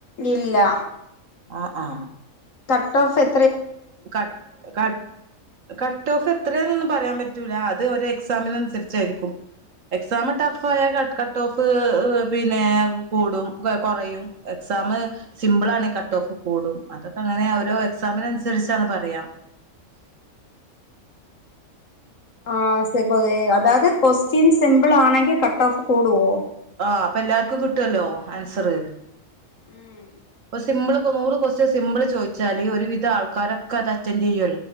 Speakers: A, on the left; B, on the right.
A: ഇല്ല
B: ആ ആ
A: കട്ടോഫ് എ
B: കട് കട് കട്ടോഫ് എത്രയാന്നൊന്ന് പറയാൻ പ പറ്റൂല അത് ഒരു എക്സാമിനനുസരിച്ചായിരിക്കും എക്സാമ് ടഫ് ആയാ ക ക കട്ട് ഓഫ് പിന്നെ കൂടും കൊറയും എക്സാം സിമ്പിൾ ആണെ കട്ട് ഓഫ് കൂടും അതൊക്കെ അങ്ങനെ ഓരോ എക്സാമിനനു സരിച്ചാണ് പറയാ
A: ആ സെയ്‌ഫദേ അതായത് കൊസ്റ്റ്യൻ സിമ്പിൾ ആണെങ്കിൽ കട്ട് ഓഫ് കൂടുവോ
B: ആ അപ്പൊ എല്ലാർക്കും കിട്ടുവല്ലോ ആൻസറ്
A: ഉം
B: ഒരു സിമ്പിള് നൂറ് കൊസ്റ്റ്യൻ സിമ്പിൾ ചോദിച്ചാല് ഒരു വിധ ആൾക്കാരൊക്കെ അത് അറ്റൻറ് ചെയ്യു